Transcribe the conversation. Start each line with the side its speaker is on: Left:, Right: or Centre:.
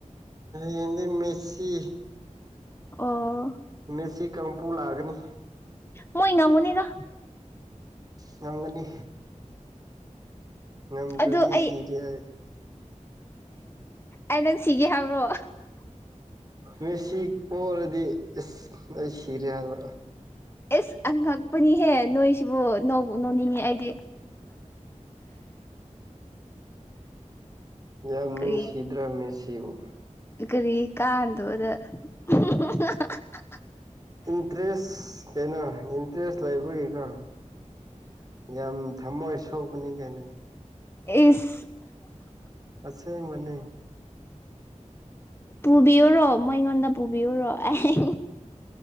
Right: ꯌꯦꯡꯁꯤ ꯃꯦꯁꯤ
Left: ꯑꯣ
Right: ꯃꯦꯁꯤ ꯀꯥꯡꯄꯨ ꯂꯥꯛꯒꯅꯤ
Left: ꯃꯣꯏ ꯉ ꯃꯅꯤꯗ
Right: ꯉꯥꯡꯒꯅꯤ ꯉꯝꯗ꯭ꯔꯗꯤ
Left: ꯑꯗꯨ ꯑꯩ
Right: ꯁꯤꯔꯦ
Left: ꯑꯩ ꯅꯪ ꯁꯤꯒꯦ ꯍꯥꯏꯕ꯭ꯔꯣ
Right: ꯃꯤꯁꯤ ꯄꯣꯔꯗꯤ ꯏꯁꯁ ꯑꯩ ꯁꯤꯔꯦ ꯍꯥꯏꯕ
Left: ꯑꯦꯁ ꯑꯉꯛꯄꯅꯤꯍꯦ ꯅꯣꯏꯁꯤꯕꯨ ꯅ ꯅꯧꯅꯤꯡꯉꯦ ꯑꯩꯗꯤ
Right: ꯌꯥꯝ ꯅꯨꯡꯁꯤꯗ꯭ꯔꯕ
Left: ꯀꯔꯤ
Right: ꯃꯦꯁꯤꯕꯨ
Left: ꯀꯔꯤ ꯀꯥꯗ ꯑꯗ
Right: ꯍ
Left: <unintelligible>
Right: ꯏꯟꯇꯔꯦꯁ ꯀꯩꯅ ꯏꯟꯇꯔꯦꯁ ꯂꯩꯕ ꯀꯩꯀꯥ ꯌꯥꯝ ꯊꯝꯃꯣꯏ ꯁꯣꯛꯄꯅꯤ ꯀꯩꯅꯣ
Left: ꯏꯁ
Right: ꯑꯁꯦꯡꯕꯅꯤ
Left: ꯄꯨꯕꯤꯌꯨꯔꯣ ꯃꯣꯏꯉꯣꯟꯗ ꯄꯨꯕꯤꯌꯨꯔꯣ ꯑꯩ